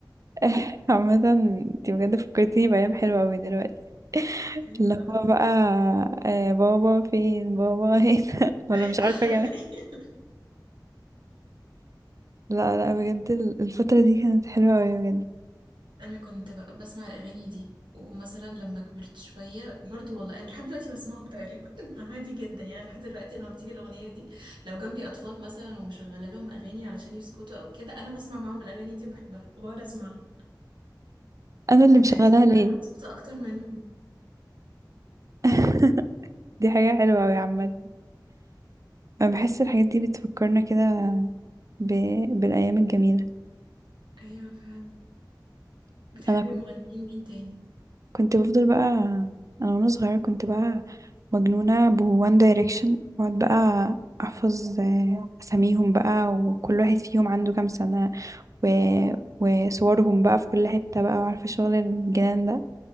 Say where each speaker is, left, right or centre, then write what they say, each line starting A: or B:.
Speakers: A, on the right; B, on the right.
A: <laughs> عامة انتي بجد فكرتيني بأيام حلوة اوي دلوقتي
B: ايوه
A: اللي هو بقى آه بابا فين بابا هنا <laughs> ولا
B: ايوه
A: مش عارفة
B: <laughs> حرفيا
A: لا لا بجد ال- الفترة دي كانت حلوة أوي بجد
B: انا كنت ب- بسمع الاغاني دي ومثلا لما كبرت شويه برضو والله انا لحد دلوقتي بسمعهم تقريبا <laughs> عادي جدا يعني لحد دلوقتي لما بتيجي الاغنيه دي لو جنبي اطفال مثلا ومشغله لهم اغاني علشان يسكتوا او كده انا بسمع معاهم الاغاني دي وبحبها وبقعد اسمعها
A: أنا اللي
B: يعني
A: مشغلاها
B: بحس ان
A: ليه
B: انا مبسوطه اكتر منهم
A: <laughs> دي حاجة حلوة أوي عامة أنا بحس الحاجات دي بتفكرنا كده ب... بالأيام الجميلة
B: ايوه فعلا بتحبي
A: أنا كنت
B: مغنيين مين تاني
A: كنت بفضل بقى أنا وأنا صغيرة كنت بقى مجنونة بوان دايركشن وأقعد بقى أحفظ آه، أساميهم بقى وكل واحد فيهم عنده كام سنة و... وصورهم بقى في كل حتة بقى وعارفة شغل الجنان ده